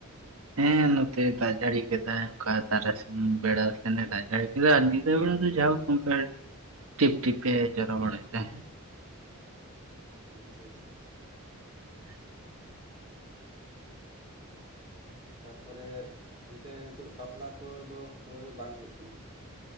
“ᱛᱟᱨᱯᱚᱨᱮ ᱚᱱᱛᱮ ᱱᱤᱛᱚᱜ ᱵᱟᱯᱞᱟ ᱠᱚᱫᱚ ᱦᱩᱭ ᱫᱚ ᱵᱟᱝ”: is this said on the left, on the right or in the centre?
Right